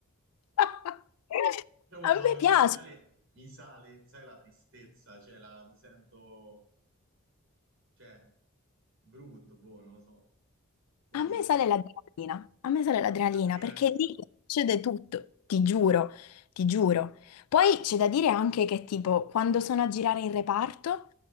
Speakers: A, on the left; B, on the right.
A: <laughs>
B: Io quando
A: a
B: vado
A: me
B: in
A: piace.
B: ospedale mi sale, sai, la tristezza, cioè, la- mi sento, cioè, brutto, boh, non lo so. Boh,
A: A
B: mi,
A: me
B: mi-
A: sale l'adrenalina, a me sale l'adrenalina
B: adrenalina.
A: perché lì succede tutto, ti giuro, ti giuro. Poi c'è da dire anche che tipo quando sono a girare in reparto